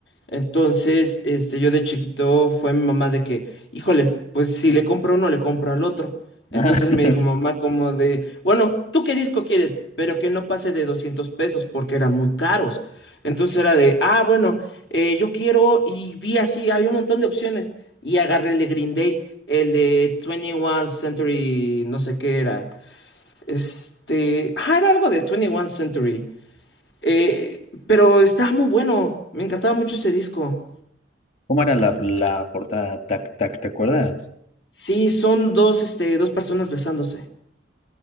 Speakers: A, on the left; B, on the left.
A: Entonces, este, yo de chiquito fue mi mamá de que, híjole, pues si le compro uno, le compro al otro. Entonces
B: Ajá. <laughs>
A: me dijo mamá como de, bueno, ¿tú qué disco quieres? Pero que no pase de 200 pesos porque eran muy caros. Entonces era de, ah, bueno eh, yo quiero, y vi así, había un montón de opciones, y agarré el de Green Day, el de 21 Century, no sé qué era, este, ah, era algo de 21 Century, eh, pero estaba muy bueno, me encantaba mucho ese disco.
B: ¿Cómo era la, la portada? tac tac te acuerdas?
A: Sí, son dos, este, dos personas besándose,